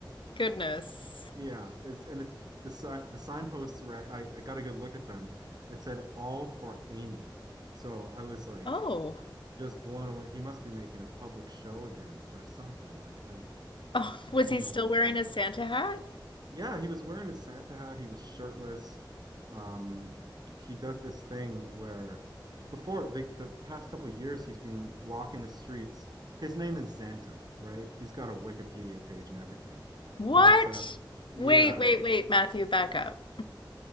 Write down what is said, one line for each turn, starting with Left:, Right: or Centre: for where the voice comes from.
Left: goodness.
Right: yeah, it's and it the si the signposts right I, I got a good look at them. It said all for Amy. So I was like
Left: Oh.
Right: just blown away. He must be making a public show again for something. Like I
Left: Oh,
Right: I
Left: was
Right: don't
Left: he
Right: know
Left: still
Right: what it
Left: wearing
Right: was.
Left: his Santa hat?
Right: Yeah, he was wearing his Santa hat. He was shirtless. Um, he does this thing where before the the past couple years he's been walking the streets. His name is Xanta, right? He's got a Wikipedia page and everything.
Left: What?
Right: But uh, yeah,
Left: Wait, wait, wait, Matthew, back up.